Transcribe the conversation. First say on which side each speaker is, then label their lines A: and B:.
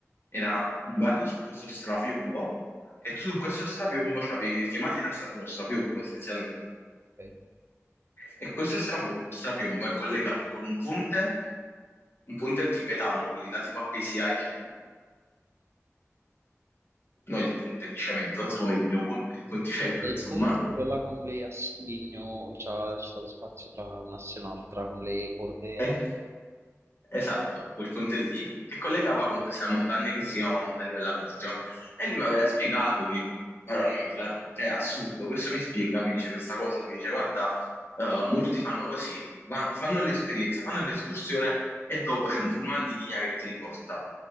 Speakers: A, on the left (about 50°); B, on the right (about 55°).
A: era un bar su questo strapiombo e su questo strapiombo c'avevi... Perché Matera era stato uno strapiombo, essenzialmente.
B: ok.
A: E questo strapo- strapiombo è collegato con un ponte, un ponte tibetano, quelli là tipo appesi ai fili, no il ponte di cemento, non so come dire, un pon- il ponticello,
B: Vabbè,
A: insomma.
B: il ponte quello là con le assi di legno, c'ha- c'è stato spazio tra un'asse e un'altra, con le corde
A: Eh, Esatto, quel ponte lì, che collegava con questa montagna che si chiama Montagna della Murgia. E lui mi aveva spiegato che, Madonna, mi sa, cioè, è assurdo, questo mi spiega, mi dice questa cosa, mi dice, guarda, eh, molti fanno così, va- fanno l'esperienza, fanno l'escursione e dopo c'è un pullman di linea che ti riporta.